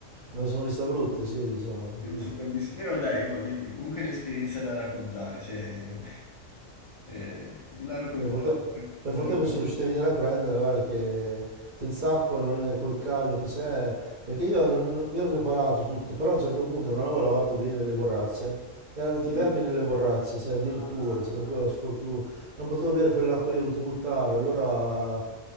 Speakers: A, on the right (about 50°); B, on the left (about 60°).
A: me la sono vista brutta, sì, diciamo.
B: È un
A: eh.
B: sopravvissuto. Però dai, oh, è un- comunque è un'esperienza da raccontare, cioè, <laughs> eh, io la, racco-
A: Per fortuna,
B: la-
A: per
B: la
A: fortuna
B: racconto...
A: mi sono riuscito a venire a prendere, guarda che senza acqua, non è- col caldo che c'è, perché io non- non- mi ero preparato tutto, però a un certo punto non avevo lavato bene le borracce, erano venuti
B: Sì.
A: i vermi nelle borracce, cioè addirittura,
B: Ah,
A: cioè proprio la sfortuna, non potevo bere quell'acqua lì, ho dovuto buttare, allora